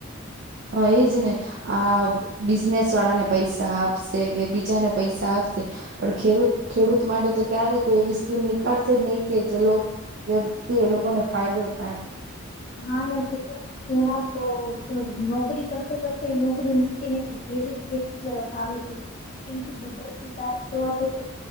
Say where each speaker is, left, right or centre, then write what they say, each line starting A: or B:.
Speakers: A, on the right; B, on the left.
A: હ એજને આ બિઝનેસ વાળાને પૈસા આપશે કે બીજાને પૈસા આપશે પણ ખેડૂત ખેડૂત માટે તો ક્યારેય કોઈ એવી સ્કીમ નીકાળશે જ નહીિ કે જે લોકો જેથી એ લોકોને ફાયદો થાય.
B: હા ને કેટલાક જણા તો નોકરી કરતે કરતે નોકરી મૂકીને ઘેરે ખેતી કરવા આવે છે. કેમ કે બધાથી સારી જોવા જઈ તો,